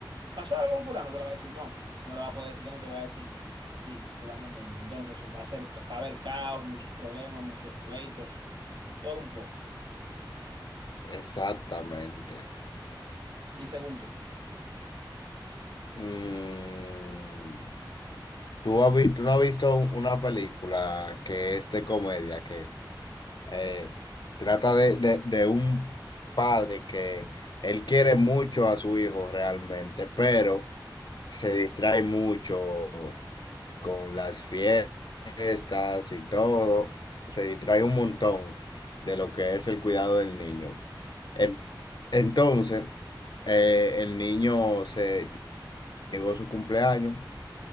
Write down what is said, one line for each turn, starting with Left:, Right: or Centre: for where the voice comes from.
Right: ¿Pasó algo con fulano? Te lo va a decir, no. No le va a poder decir que no, te lo va a decir, sí, fulano murió. Entonces eso va a ser, ca- va a haber caos, muchos problemas, muchos pleitos, todo un poco.
Left: exactamente.
Right: Y según tú.
Left: Mm, ¿tú, has vi- tú no has visto un- una película que es de comedia que eh, trata de, de- de un padre que él quiere mucho a su hijo realmente, pero... se distrae mucho con las fiestas y todo, se distrae un montón de lo que es el cuidado del niño. En- Entonces, eh, el niño se llegó su cumpleaños,